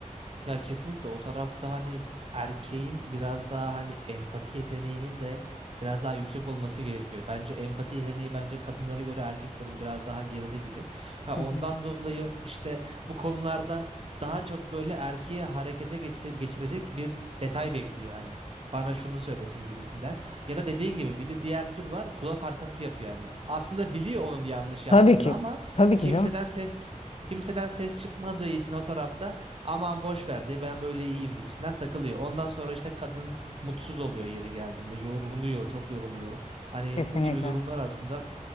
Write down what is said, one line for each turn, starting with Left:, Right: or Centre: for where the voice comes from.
Right: Ya kesinlikle o tarafta hani erkeğin biraz daha hani empati yeteneğinin de biraz daha yüksek olması gerekiyor. Bence empati yeteneği bence kadınlara göre erkeklerin biraz daha geride gibi. Ha,
Left: Hı hı.
Right: ondan dolayı işte bu konularda daha çok böyle erkeği harekete geçir- geçirecek bir detay bekliyor hani. Bana şunu söylesin gibisinden. Ya da dediğin gibi bir de diğer tür var kulak arkası yapıyor yani. Aslında biliyor onun yanlış yaptığını
Left: Tabii ki.
Right: ama
Left: Tabii
Right: kimseden
Left: ki canım.
Right: ses kimseden ses çıkmadığı için o tarafta aman boş ver diye ben böyle iyiyim gibisinden takılıyor. Ondan sonra işte kadın mutsuz oluyor yeri geldiğinde yoruluyor çok yoruluyor. Hani
Left: Kesinlikle.
Right: bu gibi durumlar aslında